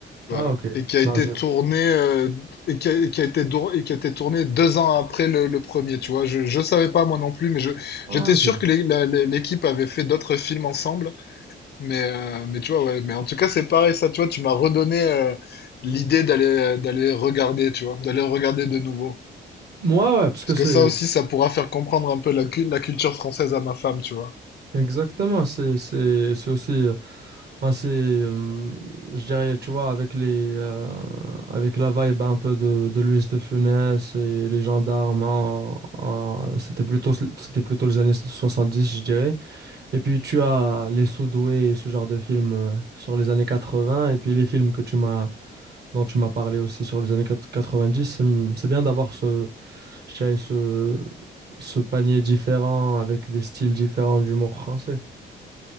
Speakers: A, on the left; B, on the right.
A: vois,
B: Ah, ok.
A: et qui a
B: Non,
A: été
B: j'ai-
A: tourné euh, et qui a, et qui a été dor- et qui a été tourné deux ans après le, le premier, tu vois. Je je savais pas moi non plus, mais je
B: Ah,
A: j'étais
B: ok.
A: sûr que les- la- les- l'équipe avait fait d'autres films ensemble, mais euh, mais tu vois ouais, mais en tout cas c'est pareil ça, tu vois, tu m'as redonné euh, l'idée d'aller euh, d'aller regarder, tu vois, d'aller regarder de nouveau.
B: Moi, ouais, parce
A: Parce
B: que c'est.
A: que ça aussi, ça pourra faire comprendre un peu la, cu- la culture française à ma femme, tu vois.
B: Exactement, c'est c'est c'est aussi euh, ben, c'est euh, je dirais tu vois avec les euh, avec la vibe un peu de de Luis de Funès et les gendarmes en- en- c'était plutôt c'était plutôt les années 70 je dirais et puis tu as les Sudoués et ce genre de films euh, sur les années 80 et puis les films que tu m'as dont tu m'as parlé aussi sur les années 90 c'est c'est bien d'avoir ce je dirais ce ce panier différent avec des styles différents d'humour français.